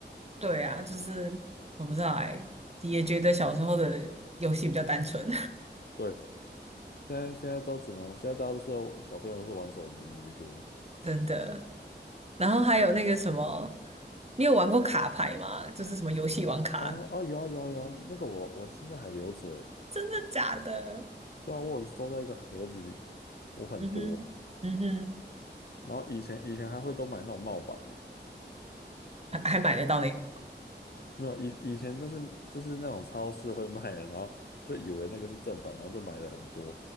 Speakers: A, on the right; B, on the left.
A: 对啊，就是我不知道哎、也觉得小时候的游戏比较单纯，
B: 对，现在现在都只能，现在大家都是小朋友都是玩手机居多。
A: <laughs> 真的。然后还有那个什么，你有玩过卡牌吗？就是什么游戏王卡，
B: 哦哦，有啊有啊有啊那个我我现在还留着诶，
A: 真的假的？
B: 对啊，我有收在一个盒子里，我很多，
A: 嗯哼，嗯哼，
B: 然后以前以前还会都买那种帽版的。
A: 还还买得到那种，
B: 没有，以以前就是就是那种超市会卖的，然后就以为那个是正版，然后就买了很多，